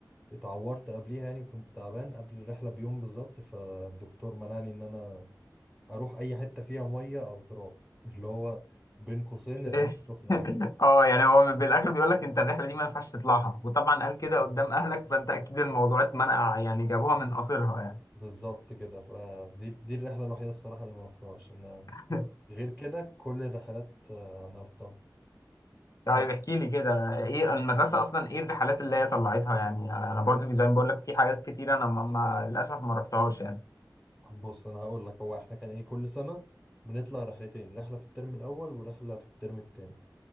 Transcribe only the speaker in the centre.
اتعورت قبليها يعني كنت تعبان قبل الرحلة بيوم بالظبط فالدكتور منعني إن أنا اروح اي حته فيها ميه او تراب <laughs> اللي هو بين قوسين
العين سخنه يعني
بالظبط كده فدي دي الرحله الوحيده الصراحه اللي ما رحتهاش ان
غير كده كل الرحلات آه، انا رحتها
طب
بص انا هقول لك هو احنا كان ايه كل سنه بنطلع رحلتين رحله في الترم الاول ورحله في الترم التاني